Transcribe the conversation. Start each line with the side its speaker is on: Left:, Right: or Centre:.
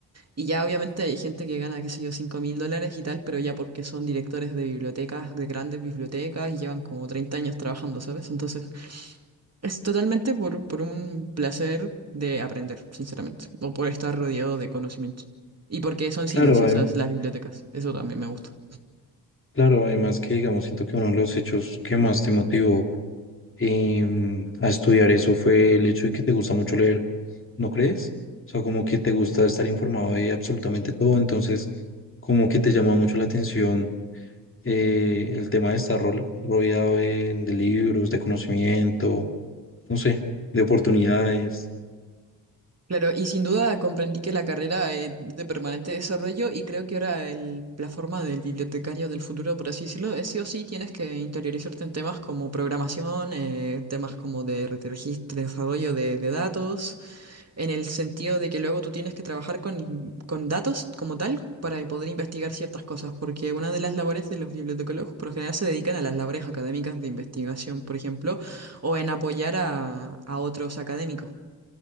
Right: Y ya obviamente hay gente que gana, qué sé yo, 5.000 dólares y tal, pero ya porque son directores de bibliotecas, de grandes bibliotecas y llevan como 30 años trabajando, ¿sabes? Entonces... Es totalmente por, por un placer de aprender, sinceramente, o por estar rodeado de conocimientos. Y porque son silenciosas
Left: Claro, adem-
Right: las bibliotecas, eso también me gusta.
Left: claro, además que digamos, siento que uno de los hechos que más te motivó em, a estudiar eso fue el hecho de que te gusta mucho leer, ¿no crees? O sea, como que te gusta estar informado de absolutamente todo, entonces como que te llama mucho la atención eh, el tema de estar rol- rodeado de, de libros, de conocimiento, no sé, de oportunidades.
Right: Claro, y sin duda comprendí que la carrera eh, es de permanente desarrollo y creo que ahora el- la forma del bibliotecario del futuro, por así decirlo, es sí o sí tienes que interiorizarte en temas como programación, eh, temas como de registro, desarrollo de, de datos. en el sentido de que luego tú tienes que trabajar con, con datos como tal para poder investigar ciertas cosas, porque una de las labores de los bibliotecólogos por lo general se dedican a las labores académicas de investigación, por ejemplo, o en apoyar a, a otros académicos.